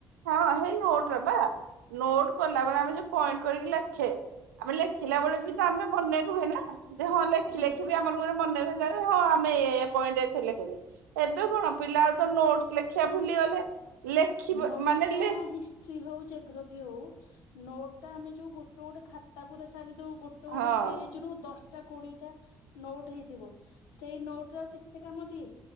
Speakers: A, on the right (about 80°); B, on the left (about 75°).
A: ହଁ ହେଇ ନୋଟରା ବା। ନୋଟ କଲା ବେଳେ ଆମେ ଯୋଉ ପଏଣ୍ଟ କରିକି ଲେଖେ ଆମେ ଲେଖିଲା ବେଳେ ବି ତ ଆମେ ମନେ ରୁହେନା ଯେ ହଁ ଲେଖିଲେ
B: ହୁଁ
A: କି ଆମର ଗୁରେ ମନେରହି ଯାଏ ହଁ ଆମେ ଏଇଆ ଏଇଆ ପଏଣ୍ଟ ଏଥିରେ ଲେଖିଛେ ଏବେ କଣ ପିଲା ତ ନୋଟ ଲେଖିଆ ଭୁଲିଗଲେ। ଲେଖିବ
B: ନୋଟଟା
A: ମାନେ ଲେ
B: ହିସ ହିଷ୍ଟ୍ରି ହଉ ଯେଗ୍ରୋଫି ହଉ ନୋଟଟା ଆମେ ଯୋଉ ଗୋଟେ ଗୋଟେ ଖାତା ପୁରା ସାରି ଦଉ ଗୋ ଗୋଟେ ଗୋଟେ
A: ହଁ
B: ପେଜରୁ ଦଶ ଟା କୋଡିଏଟା ନୋଟ ହେଇଥିବ ସେଇ ନୋଟରା କେତେ କାମ ଦିଏ?